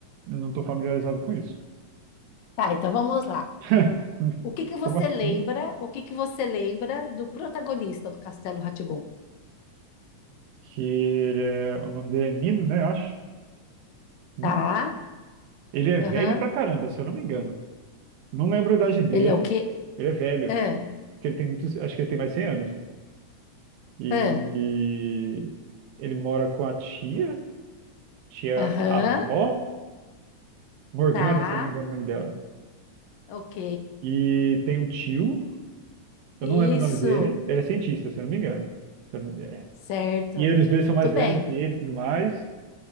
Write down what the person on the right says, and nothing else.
não tô familiarizado com isso.
<laughs>
Como assim?
que ele é, o nome dele é Nino, né? Eu Acho. Nino.
Ele é velho
pra caramba, se eu não me engano. Não lembro a idade dele.
Ele é velho,
que ele tem muitos, acho que ele tem mais 100 anos. E,
e ele mora com a tia, tia
avó, Morgana,
se eu não me engano o nome dela.
E tem um tio, eu
não lembro o nome dele, ele é cientista, se eu não me engano. Se eu não- é.
E eles dois
são mais
velhos que ele e tudo mais.